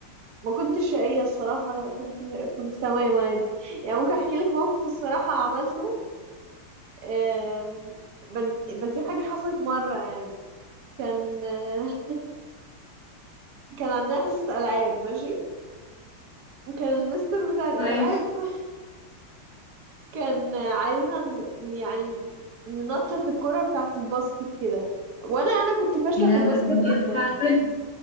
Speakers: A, on the right; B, on the left.
A: ما كنتش شقية الصراحة لا كنت كنت تمام عادي يعني ممكن أحكي لك موقف الصراحة عملته آم، بس بس دي حاجة حصلت مرة يعني كان آه، كان عندها حصة ألعاب ماشي وكان المستر بتاع الألعاب
B: ماشي
A: <laughs> كان عايزنا ن- يعني ننطط الكرة بتاعة الباسكت كده وأنا أنا كنت فاشلة
B: يا
A: في
B: لهوي
A: الباسكت جدا
B: عارفة عارفة